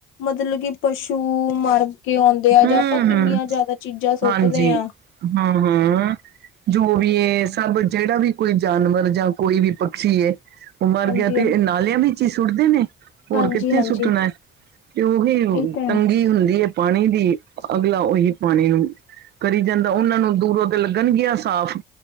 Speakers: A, on the left; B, on the right.
A: ਮਤਲਬ ਕਿ ਪਸ਼ੂ ਮਰ ਕੇ ਆਉਂਦੇ ਆ
B: ਹਮ
A: ਜਾਂ ਆਪਾਂ ਕਿੰਨੀਆਂ
B: ਹਮ
A: ਜਿਆਦਾ ਚੀਜ਼ਾਂ ਸੁੱਟਦੇ
B: ਹਾਂਜੀ
A: ਆ
B: ਹਾਂ- ਹਾਂ। ਜੋ ਵੀ ਸਭ ਜਿਹੜਾ ਵੀ ਕੋਈ ਜਾਨਵਰ ਜਾਂ ਕੋਈ ਵੀ ਪਕਸ਼ੀ ਹੈ ਉਹ ਮਰ
A: ਹਾਂਜੀ
B: ਗਿਆ ਤੇ
A: ਹਾਂਜੀ
B: ਨਾਲਿਆਂ ਵਿੱਚ ਹੀ ਸੁੱਟਦੇ ਨੇ ਹੋਰ
A: ਹਾਂਜੀ
B: ਕਿੱਥੇ
A: ਹਾਂਜੀ
B: ਸੁੱਟਣਾ ਹੈ। ਤੇ ਉਹੀ
A: ਇਹ ਤਾਂ ਹੈ
B: ਤੰਗੀ ਹੁੰਦੀ ਹੈ ਪਾਣੀ ਦੀ ਅਗਲਾ ਉਹੀ ਪਾਣੀ ਕਰੀ ਜਾਂਦਾ ਉਹਨਾਂ ਨੂੰ ਦੂਰੋਂ ਅੱਗੇ ਲੱਗਣਗੀਆਂ ਸਾਫ਼।